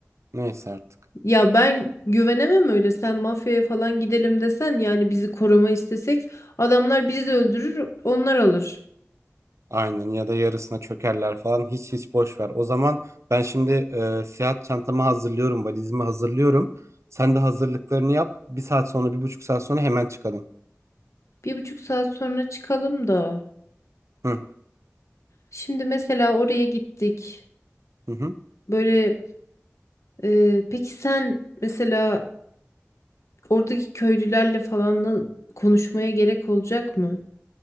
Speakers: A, on the right; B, on the left.
A: Neyse artık.
B: Ya ben güvenemem öyle. Sen mafyaya falan gidelim desen yani bizi koruma istesek adamlar bizi de öldürür onlar alır.
A: Aynen ya da yarısına çökerler falan hiç hiç boş ver. O zaman ben şimdi e, seyahat çantamı hazırlıyorum, valizimi hazırlıyorum. Sen de hazırlıklarını yap. Bir saat sonra, bir buçuk saat sonra hemen çıkalım.
B: Bir buçuk saat sonra çıkalım da.
A: Hı
B: Şimdi mesela oraya gittik.
A: hı. hı.
B: Böyle Ee, peki sen mesela oradaki köylülerle falan na- konuşmaya gerek olacak mı?